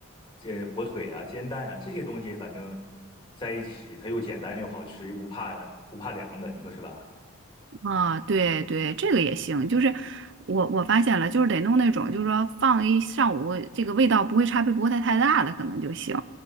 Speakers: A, on the left; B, on the right.
A: 这火腿啊、煎蛋呀、这些东西，反正在一起，它又简单又好吃，又不怕不怕凉的，你说是吧？
B: 啊，对对，这个也行。就是我我发现了，就是得弄那种，就是说放一上午，这个味道不会差别不会太太大的，可能就行。